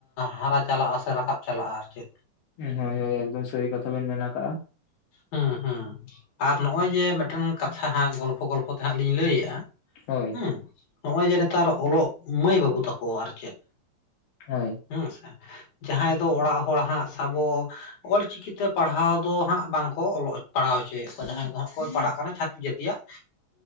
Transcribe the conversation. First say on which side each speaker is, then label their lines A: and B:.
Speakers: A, on the left (about 55°); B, on the left (about 75°).
A: ᱦᱟᱨᱟ ᱪᱟᱞᱟᱜᱼᱟ ᱥᱮ ᱨᱟᱠᱟᱵ ᱪᱟᱞᱟᱜᱼᱟ ᱟᱨ ᱪᱮᱫ,
B: ᱦᱩᱸ ᱦᱳᱭ ᱦᱳᱭ ᱮᱠᱫᱚᱢ ᱥᱟᱹᱨᱤ ᱠᱟᱛᱷᱟ ᱵᱮᱱ ᱢᱮᱱ ᱟᱠᱟᱜᱼᱟ᱾
A: ᱦᱩᱸ ᱦᱩᱸ ᱟᱨ ᱱᱚᱜᱼᱚᱭ ᱡᱮ ᱢᱤᱫᱴᱟᱝ ᱠᱟᱛᱷᱟ ᱦᱟᱸᱜ ᱜᱚᱞᱼᱼ ᱜᱚᱞᱯᱷᱚ ᱛᱮ ᱦᱟᱸᱜ ᱞᱤᱧ ᱞᱟᱹᱭᱮᱫᱼᱟ
B: ᱦᱳᱭ
A: ᱦᱩᱸ ᱱᱚᱜ ᱚᱭ ᱡᱮ ᱱᱮᱛᱟᱨ ᱚᱞᱚᱜ ᱢᱟᱹᱭ ᱵᱟᱹᱵᱩ ᱛᱟᱠᱚ, ᱠᱚ ᱟᱨ ᱪᱮᱫ
B: ᱦᱳᱭ
A: ᱦᱩᱸ ᱥᱮ ᱡᱟᱦᱟᱸᱭ ᱫᱚ ᱚᱲᱟᱜ ᱦᱚᱲ ᱦᱟᱸᱜ ᱥᱟᱵᱚ, ᱚᱞ ᱪᱤᱠᱤ ᱛᱮ ᱯᱟᱲᱦᱟᱣ ᱫᱚ ᱦᱟᱸᱜ ᱵᱟᱝ ᱠᱚ ᱚᱞᱚᱜ ᱯᱟᱲᱦᱟᱣ ᱦᱚᱪᱚᱭᱮᱫ ᱠᱚᱣᱟ ᱡᱟᱦᱟᱸᱭ ᱡᱟᱦᱟ ᱠᱳ ᱯᱟᱲᱦᱟᱜ ᱠᱟᱱᱟ ᱪᱷᱟᱹᱛᱤᱜ ᱡᱟ. ᱛᱤ ᱟᱜ